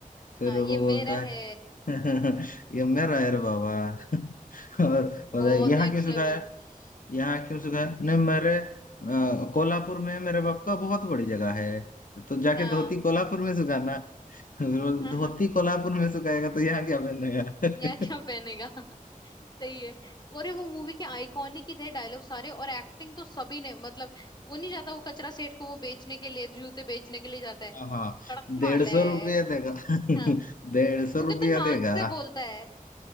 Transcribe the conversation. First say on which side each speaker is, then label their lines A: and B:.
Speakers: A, on the left (about 70°); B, on the left (about 30°).
A: फिर
B: हाँ
A: वो
B: ये मेरा
A: बोलता
B: है
A: है <laughs> ये मेरा है रे बाबा <laughs> और बोलता
B: बहुत
A: है यहाँ
B: नेक्स्ट
A: क्यों सुखाया
B: लेवल
A: यहाँ क्यों सुखाया नहीं मेरे अ, कोल्हापुर में मेरे बाप का बहुत बड़ी जगह है तो जाके
B: हाँ
A: धोती कोल्हापुर में सुखाना <laughs> फिर बोल-
B: हाँ
A: धोती
B: हाँ,
A: कोल्हापुर में सुखाएगा तो यहाँ क्या पहनेगा
B: या क्या पहनेगा <laughs> सही है अरे वो मूवी के आइकॉनिक ही थे डायलॉग सारे और एक्टिंग तो सभी ने मतलब वो नहीं जाता वो कचरा सेठ को वो बेचने के लिए जूते बेचने के लिए जाता है
A: हाँ हाँ,
B: कड़क
A: डेढ़
B: माल
A: सौ
B: है
A: रुपया देगा <laughs>
B: हाँ
A: डेढ़ सौ
B: वो कितना
A: रुपया
B: नाक
A: देगा
B: से बोलता है